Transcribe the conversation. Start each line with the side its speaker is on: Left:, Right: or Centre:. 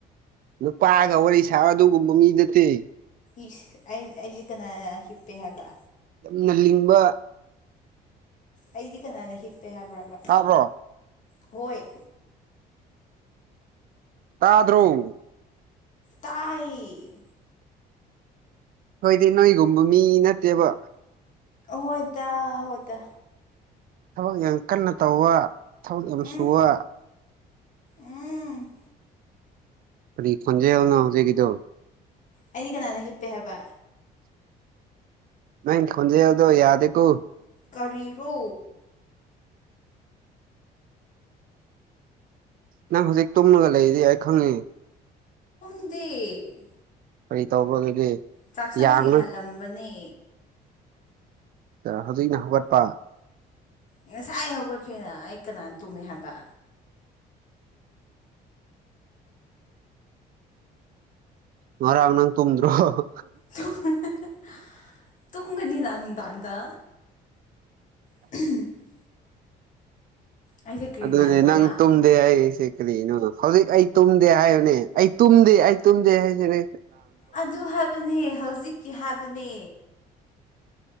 Right: ꯅꯨꯄꯥꯒ ꯋꯥꯔꯤ ꯁꯥꯕ ꯑꯗꯨꯒꯨꯝꯕ ꯃꯤ ꯅꯠꯇꯦ꯫
Left: ꯏꯁ ꯑꯩ ꯑꯩꯖꯦ ꯀꯅꯥꯅ ꯍꯤꯞꯄꯦ ꯍꯥꯏꯕ꯫
Right: ꯌꯥꯝꯅ ꯂꯤꯡꯕ
Left: ꯑꯩꯗꯤ ꯀꯅꯥꯅꯦ ꯍꯤꯞꯄꯦ ꯍꯥꯏꯕ꯭ꯔꯕ
Right: ꯇꯥꯕ꯭ꯔꯣ
Left: ꯍꯣꯏ
Right: ꯇꯥꯗ꯭ꯔꯣꯡ
Left: ꯇꯥꯏ
Right: ꯑꯩꯈꯣꯏꯗꯤ ꯅꯣꯏꯒꯨꯝꯕ ꯃꯤ ꯅꯠꯇꯦꯕ
Left: ꯍꯣꯏ ꯇꯥ ꯍꯣꯏ ꯇꯥ꯫
Right: ꯊꯕꯛ ꯌꯥꯝ ꯀꯟꯅ ꯇꯧꯕ ꯊꯕꯛ ꯌꯥꯝ
Left: ꯎꯝ
Right: ꯁꯨꯕ꯫
Left: ꯎꯝ
Right: ꯀꯔꯤ ꯈꯣꯟꯖꯦꯜ ꯅꯣ ꯍꯧꯖꯤꯛꯒꯤꯗꯣ꯫
Left: ꯑꯩꯗꯤ ꯀꯅꯥꯅ ꯍꯤꯞꯄꯦ ꯍꯥꯏꯕ꯫
Right: ꯅꯪꯒꯤ ꯈꯣꯟꯖꯦꯜꯗꯣ ꯌꯥꯗꯦꯀꯣ꯫
Left: ꯀꯔꯤꯔꯣ꯫
Right: ꯅꯪ ꯍꯧꯖꯤꯛ ꯇꯨꯝꯉꯒ ꯂꯩꯔꯤꯗꯤ ꯑꯩ ꯈꯪꯉꯦ
Left: <unintelligible>
Right: ꯀꯔꯤ ꯇꯧꯕꯔꯥ ꯑꯗꯨꯗꯤ
Left: ꯆꯥꯛꯁꯪ
Right: ꯌꯥꯡꯅ
Left: ꯁꯦꯡꯍꯜꯂꯝꯕꯅꯦ
Right: ꯍꯧꯖꯤꯛꯅ ꯍꯧꯒꯠꯄ
Left: ꯉꯁꯥꯏ ꯍꯧꯒꯠꯈꯔꯦꯅ ꯑꯩ ꯀꯅꯥꯅ ꯇꯨꯝꯃꯦ ꯍꯥꯏꯕ
Right: ꯃꯔꯥꯡ ꯅꯪ ꯇꯨꯝꯗꯔꯣ
Left: <unintelligible> ꯇꯨꯝꯒꯅꯤꯅ ꯅꯨꯡꯗꯥꯡꯗ <inaudible> ꯑꯩꯁꯦ ꯀꯔꯤ
Right: ꯑꯗꯨꯅꯦ
Left: ꯃꯥꯟꯕ꯭ꯔꯣ
Right: ꯅꯪ
Left: ꯍꯥ
Right: ꯇꯨꯝ ꯇꯨꯝꯗꯦ ꯍꯥꯏꯔꯤꯁꯦ ꯀꯔꯤꯅꯣ ꯍꯧꯖꯤꯛ ꯑꯩ ꯇꯨꯝꯗꯦ ꯍꯥꯏꯕꯅꯦ ꯑꯩ ꯇꯨꯝꯗꯦ ꯑꯩ ꯇꯨꯝꯗꯦ ꯍꯥꯏꯁꯤꯅꯤ
Left: ꯑꯗꯨ ꯍꯥꯏꯕꯅꯦ ꯍꯧꯖꯤꯛꯀꯤ ꯍꯥꯏꯕꯅꯦ